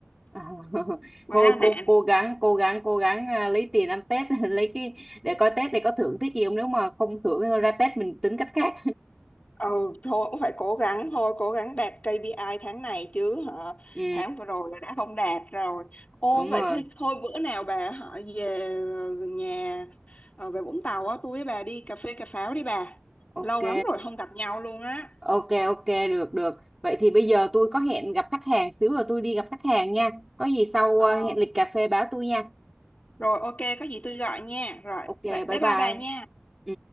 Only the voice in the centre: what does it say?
À, <laughs>
thôi
cô cố gắng cố gắng cố gắng à, lấy tiền ăn Tết <laughs> lấy cái để coi Tết để có thưởng Tết gì không nếu mà không thưởng thì thôi ra Tết mình tính cách khác
<laughs> ừ
đúng
rồi
ok
ok ok được được vậy thì bây giờ tôi có hẹn gặp khách hàng xíu rồi tôi đi gặp khách hàng nha có gì sau
à, hẹn lịch cà phê báo tôi nha
ok
bye
bye
ừ